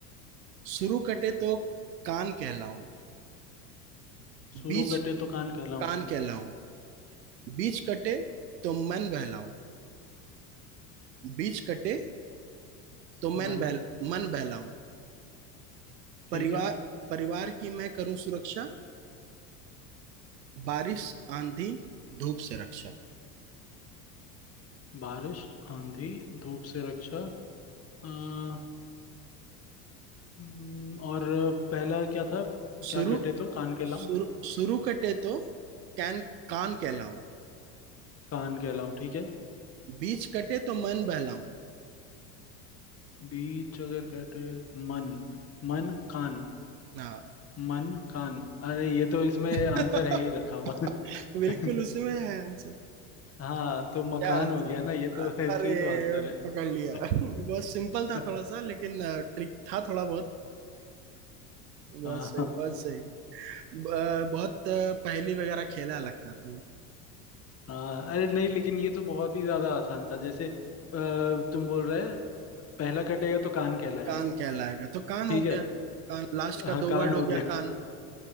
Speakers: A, on the right; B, on the left.
A: शुरू कटे तो कान कहलाऊं
B: शुरू
A: बीच
B: कटे तो कान कहलाऊं
A: कान कहलाऊं बीच कटे तो मन बहलाऊं बीच कटे तो
B: मन
A: मन बहल मन बहलाऊं
B: ठीक
A: परिवार
B: है
A: परिवार की मैं करूं सुरक्षा बारिश आंधी धूप से रक्षा
B: बारिश आंधी धूप से रक्षा आ, हम्म, और पहला क्या था
A: शुरू
B: क्या कटे तो कान कहलाऊं
A: शुरू शुरू कटे तो कैन कान कहलाऊं
B: कान कहलाऊं ठीक है
A: बीच कटे तो मन बहलाऊं
B: बीच अगर कटे मन मन कान
A: हाँ
B: मन कान अरे ये तो इसमें
A: <laughs>
B: आंसर है ही रखा हुआ
A: बिल्कुल
B: <laughs>
A: उसमें है आंसर
B: हाँ तो मकान
A: क्या आंसर
B: हो गया ना ये तो <laughs> ऐसे
A: अरे
B: ही तो आंसर है
A: पकड़ लिया <laughs> बहुत
B: <laughs>
A: सिंपल था थोड़ा सा लेकिन ट्रिक था थोड़ा बहुत बहुत
B: हाँ
A: सही
B: हाँ
A: बहुत सही ब- अ, बहुत अ, पहेली वगैरह खेला लगता तू
B: हाँ, अरे नहीं लेकिन ये तो बहुत ही ज्यादा आसान था जैसे अ, तुम बोल रहे पहला कटेगा तो कान कहलाएगा
A: कान कहलाएगा तो कान
B: ठीक
A: हो
B: है
A: गया कान लास्ट का
B: हाँ
A: दो
B: कान
A: वर्ड
B: हो
A: हो गया
B: गया
A: कान